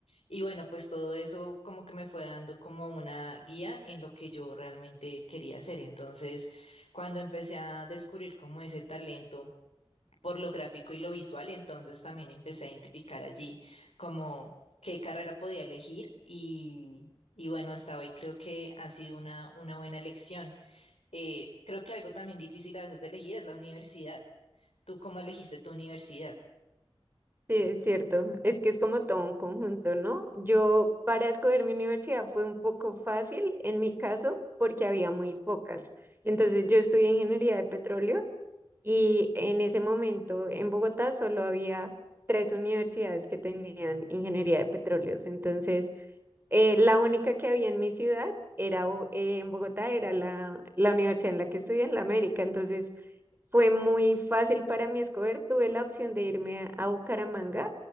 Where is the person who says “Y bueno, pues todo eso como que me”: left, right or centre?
Left